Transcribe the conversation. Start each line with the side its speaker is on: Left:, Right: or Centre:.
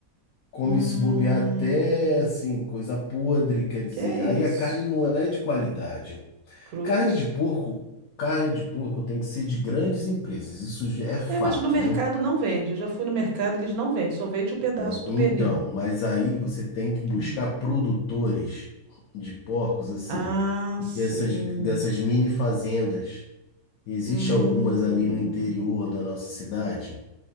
Left: come
Right: hum.
Left: se bobear até assim, coisa podre, quer dizer,
Right: Que isso?
Left: aí a carne não é de qualidade.
Right: Cruzes?
Left: Carne de porco, carne de porco tem que ser de grandes empresas, isso já é fato,
Right: É, mas no mercado
Left: né?
Right: não vende. Eu já fui no mercado, eles não vendem, só vende o pedaço
Left: Não,
Right: do
Left: então,
Right: pernil.
Left: mas aí você tem que buscar
Right: Hum.
Left: produtores de porcos, assim,
Right: Ah, sim.
Left: dessas, dessas mini fazendas. Existe
Right: Hum,
Left: algumas ali no interior da nossa cidade.